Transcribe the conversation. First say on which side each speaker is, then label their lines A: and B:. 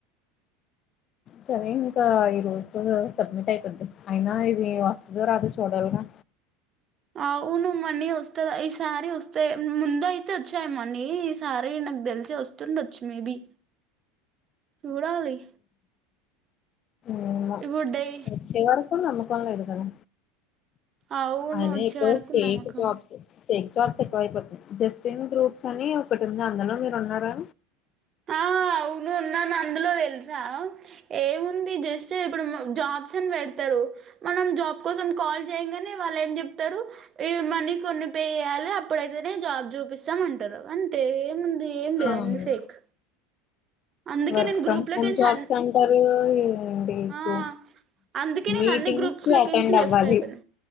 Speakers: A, on the left (about 40°); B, on the right (about 35°).
A: సరే ఇంకా ఈ రోజుతో సబ్మిట్ అయిపోది అయినా ఇది వస్తదో రాదొ చూడాలిగా
B: అవును మనీ వస్తద ఈసారి వస్తే ముందు అయితే వచ్చాయి మనీ ఈసారి నాకుదెల్సి వస్తుండొచ్చు మేబి చూడాలి
A: ఇంగ
B: ఇప్పుడు డై
A: వచ్చేవర్ నమ్మకం లెద్ కదా
B: అవును
A: అయినా
B: వచ్చే
A: ఎక్కువ
B: వరకు
A: ఫేక్
B: నమ్మ కం
A: జాబ్స్ ఫేక్ జాబ్స్ ఎక్కువ అయిపోతున్నాయి జస్టిన్ గ్రూప్స్ అని ఒకటి ఉంది అందులో మీరు ఉన్నారా
B: ఆ అవును ఉన్నాను అందులో తెల్సా ఏముంది జస్ట్ ఇప్పుడు జాబ్స్ అని పెడతారు మనం జాబ్ కోసం కాల్ చేయంగానే వాళ్ళు ఏం చెప్తారు ఈ మనీ కొన్ని పే చేయాలి అప్పుడైతేనే జాబ్ చూపిస్తామ్ అంటారు అంతేఏ ముంది ఏం లేదండి
A: అవును
B: ఫేక్ అందుకే
A: వర్క్
B: నేను
A: ఫ్రమ్
B: గ్రూప్లోకించి
A: హోమ్ జాబ్స్
B: అన్
A: అంటారు ఇన్ డి
B: ఆ
A: కు
B: అందుకే నేను
A: మీటింగ్స్
B: అన్ని గ్రూప్స్
A: కి
B: లోకించి
A: అటెండ్
B: లెఫ్ట్
A: అవ్వాలి
B: అయిపోయినా